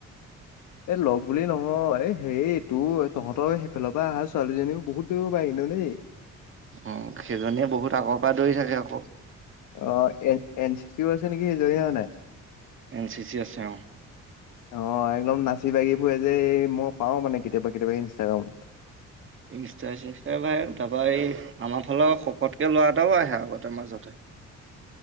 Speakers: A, on the left; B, on the right.
A: এ লগ বুলি নহয় হেই তোৰ তহঁতক ইফালৰ পৰা অহা ছোৱালীজনীও বহুত দৌৰিব পায় কিন্তু দেই।
B: উ সেইজনীয়ে বহুত আগৰ পৰা দৌৰি থাকে আকৌ।
A: অ এ এন চি চিউ আছে নেকি জৰি অহা নাই?
B: এন চি চি আছে অ।
A: অ একদম নাচি বাগি ফু যে মই পাও মানে কেতিয়াবা, কেতিয়াবা ইনষ্টাগ্ৰামত।
B: ইনষ্টাই চিনতাই পাই তাৰপৰা এই আমাৰ ফালৰ শকতকে লৰা এটাও আহে আগতে মাজতে। <inaudible>